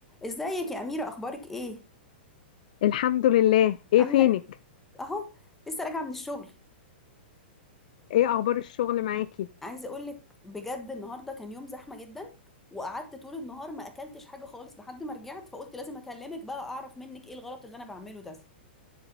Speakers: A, in the centre; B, on the left.
A: ازيك يا أميرة أخبارك إيه؟
B: الحمد لله ايه
A: عاملة
B: فينك
A: إيه؟ أهو لسه راجعة من الشغل
B: ايه اخبار الشغل معاكي
A: عايزة أقولك بجد النهاردة كان يوم زحمة جدا وقعدت طول النهار ما أكلتش حاجة خالص لحد ما رجعت فقلت لازم أكلمك بقى أعرف منك إيه الغلط اللي أنا بعمله ده